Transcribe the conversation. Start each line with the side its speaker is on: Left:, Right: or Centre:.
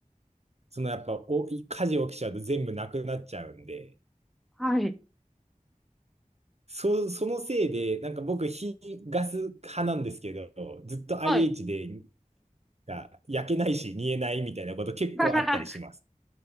Right: そのやっぱお火事起きちゃうと全部なくなっちゃうんで、
Centre: はい。
Right: そ、そのせいで、なんか僕、火、ガス派なんですけど、ずっと IH
Centre: はい。
Right: で、が焼けないし、煮えないみたいなこと結構あったりします。
Centre: <laughs>